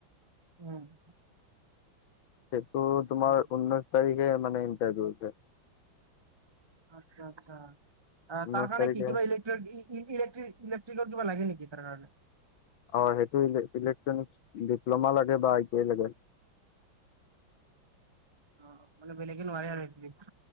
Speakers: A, on the right; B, on the left.
A: উম
B: সেইটো
A: আচ্ছা
B: তোমাৰ ঊনৈছ তাৰিখে মানে ইণ্টাৰভিউ আছে।
A: আচ্ছা আচ্ছা,
B: ঊনৈশ
A: তাৰ কাৰণে
B: তাৰিখে
A: কি কিবা ইলেক্ট্ৰ- ইলেট্ৰ- ইলেকট্ৰিকৰ কিবা লাগে নেকি তাৰ কাৰণে
B: অ, সেইটো ইলেক্ট্ৰনিক ডিপ্ল'মা লাগে বা আই টি আই লাগে।
A: অ, মানে বেলেগে নোৱাৰে আৰু।